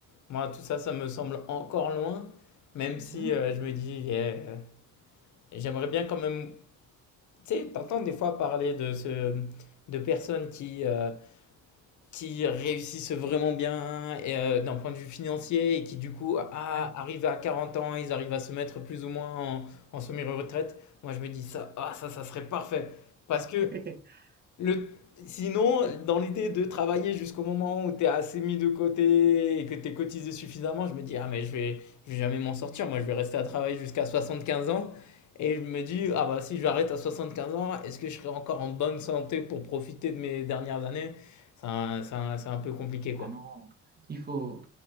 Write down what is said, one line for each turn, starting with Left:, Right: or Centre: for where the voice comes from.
Left: moi, tout ça, ça me semble encore loin, même
Right: Mhm.
Left: si euh, je me dis, eh, euh, j'aimerais bien quand même. Tu sais, t'entends des fois parler de ce, de personnes qui, euh, qui réussissent vraiment bien et, euh, d'un point de vue financier et qui, du coup, ah,
Right: Ouais.
Left: arrivent à 40 ans, ils arrivent à se mettre plus ou moins en, en semi-retraite. Moi, je me dis, ça, ah, ça, ça serait parfait. Parce que
Right: <laughs>
Left: le... Sinon, dans l'idée de travailler jusqu'au moment où tu es assez mis de côté et que tu es cotisé suffisamment, je me dis, ah mais je vais, je vais jamais m'en sortir, moi je vais rester à travailler jusqu'à 75 ans. Et je me dis, ah bah si j'arrête à 75 ans, est-ce que je serai encore en bonne santé pour profiter de mes dernières années? C'est un, c'est un- c'est un peu compliqué quoi.
Right: Ah non, il faut,